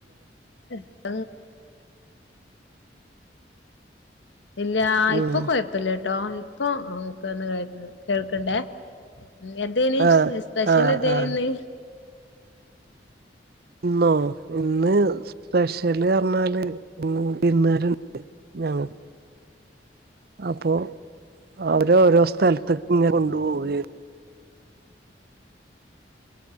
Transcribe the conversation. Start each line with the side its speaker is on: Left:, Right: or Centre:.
Left: <unintelligible> ഇല്ല
Right: ഉം
Left: ഇപ്പൊ കൊഴപ്പില്ലട്ടോ ഇപ്പൊ <unintelligible> കേൾക്ക്ണ്ടേ എന്തേന് <unintelligible>
Right: ആഹ്
Left: സ്പെഷ്യൽ
Right: ആഹ്
Left: എന്തേനു
Right: ആഹ്
Left: ഇന്ന്
Right: ഇന്നോ ഇന്ന് പെഷ്യല് റഞ്ഞാല് മ് വിരുന്നുകാരുണ്ട് ഞങ്ങ അപ്പോ അവരെ ഓരോ സ്ഥലത്ത്ക്ക് ഇങ്ങനെ കൊണ്ടു പോകയായി